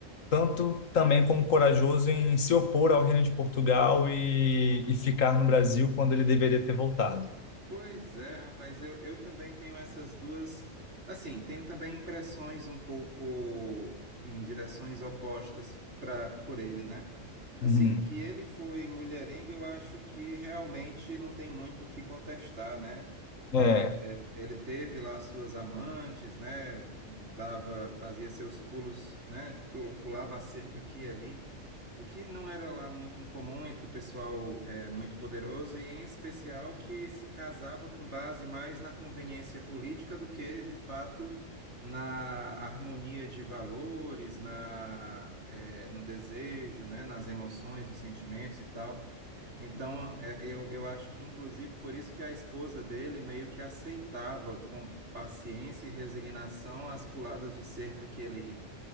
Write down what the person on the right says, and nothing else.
Pois é, rapaz, eu, eu também tenho essas duas. Assim, tenho também impressões um pouco em direções opostas para por ele, né? Assim,
que ele foi mulherengo, eu acho que realmente não tem muito o que contestar, né? É,
é, ele teve lá suas amantes, né? Dava, fazia seus pulos, né? Pul- Pulava a cerca aqui e ali. O que não era lá muito incomum entre o pessoal é, muito poderoso e, em especial, que se casava com base mais na conveniência política do que, de fato, na harmonia de valores, na, é, no desejo, né, nas emoções, nos sentimentos e tal. Então, é, eu, eu acho que, inclusive, por isso que a esposa dele meio que aceitava com paciência e resignação as puladas de cerca que ele